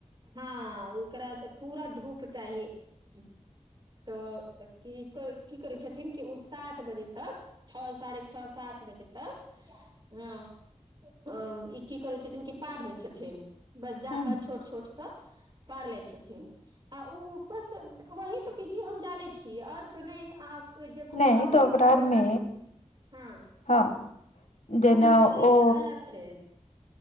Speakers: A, on the right; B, on the left.
A: हँ ओकरा तऽ पूरा धूप चाही <inaudible> तऽ की की करै छथिन कि ओ सात बजे तक छ साढ़े छ सात बजे तक हँ अ ई की करै छथिन कि पार लै छथिन बस जा
B: हूँ
A: कऽ छोट छोट स पार लै छथिन आ उऽ बस वही तऽ विधियो हम जाने छी की और तऽ नै आ जे कुम्हरौरी
B: नहि तऽ
A: होइ छै
B: आर
A: ओकरा
B: मे
A: <inaudible> हँ
B: हँ <inaudible> देना
A: कुम्हरौरी
B: ओ
A: के अलग छै